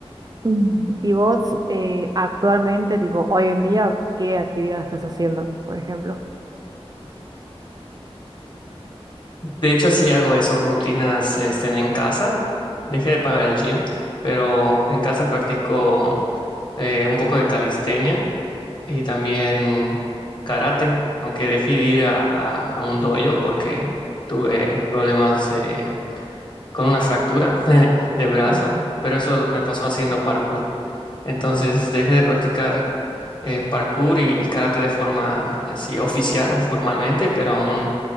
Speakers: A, on the right; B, on the left.
A: Mm. Y vos eh, actualmente, tipo, hoy en día, ¿qué actividad estás haciendo, por ejemplo?
B: De hecho, sí hago eso, rutinas este, en casa. Dejé de pagar el gym, pero en casa practico eh, un poco de calistenia y también karate, aunque dejé de ir a, a- a un dojo porque tuve problemas eh, con una fractura <laughs> de brazo,
A: Uh,
B: pero eso me pasó haciendo parkour. Entonces dejé de practicar eh, parkour y, y karate de forma así oficial o formalmente, pero aún